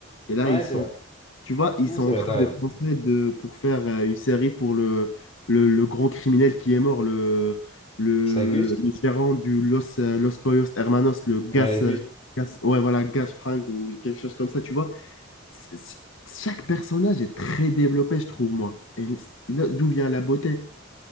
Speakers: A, on the left; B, on the left.
A: Et là,
B: Ouais,
A: ils
B: c'est
A: sont
B: vrai.
A: tu vois, ils
B: Non,
A: sont
B: c'est
A: en
B: vrai,
A: train
B: t'as raison.
A: de penser de, pour faire euh, une série pour le, le, le grand criminel qui est mort, le, le,
B: C'est à Gus?
A: le- le gérant du Los, euh, Los Pollos Hermanos, le Gas,
B: Ouais, Gus.
A: euh, Gas- ouais, voilà, Gas Frank ou quelque chose comme ça, tu vois. C'est- c'est- Chaque personnage est très développé, je trouve, moi. Et là, d'où vient la beauté?